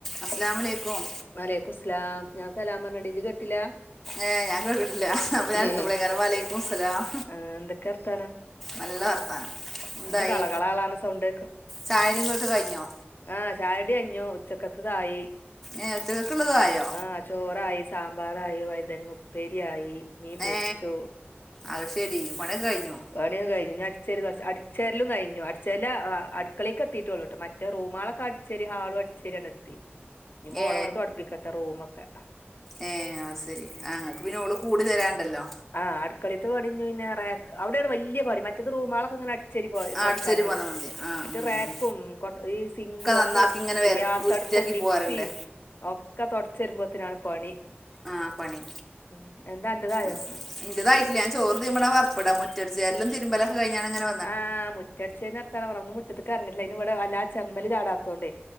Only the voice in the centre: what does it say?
അസലാമലൈക്കും
ഏ ഞാൻ കേട്ടിട്ടില്ല അപ്പ ഞാനെത്തുമ്പ
ളെക്കാര വലൈക്കും സ്ലാം
നല്ല വർത്താനം എന്തായി
ചായടീം പോട്ട് കഴിഞ്ഞോ?
ഏഹ് ഉച്ചക്കക്കുള്ളതയോ
ഏ അത് ശരി പണിയൊക്കെ കഴിഞ്ഞു
ഏ
ഏ ആശരി ങ്ങക്ക് പിന്നെ ഓള് കൂടി തരാണ്ടല്ലോ
ആ
അടിച്ചേരി പോന്നാൽ മതി ആ
ഉം,
ഉം.
നന്നാക്കി
ഇങ്ങനെ വര
വൃത്തിയാക്കി
പോകാറുണ്ട്
ആഹ് പണി
ആസ് ഇന്റെതായിട്ടില്ല ഞൻ ചോറ് തീമടാ വറപ്പട മുറ്റടിച്ചാരലും തിരുമ്പല ത്ത് കഴിഞ്ഞാലങ്ങനെ